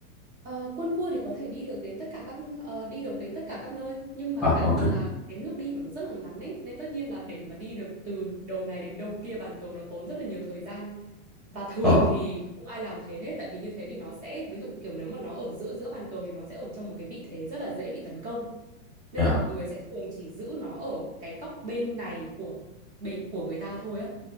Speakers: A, on the right; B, in the centre.
A: Ờ, quân vua thì có thể đi được đến tất cả các ờ, đi được đến tất cả các nơi nhưng mà
B: ờ
A: tại
B: ok
A: vì là cái nước đi của nó rất là ngắn ấy nên tất nhiên là để mà đi được từ đầu này đến đầu kia bàn cờ nó tốn rất là nhiều thời gian và thường
B: Ờ
A: thì không ai làm thế hết tại vì như thế thì nó sẽ ví dụ kiểu nếu mà nó ở giữa giữa bàn cờ thì nó sẽ ở trong một cái vị thế rất là dễ bị tấn công Nên
B: Dạ.
A: là mọi người sẽ thường chỉ giữ nó ở cái góc bên này của bề của người ta thôi á.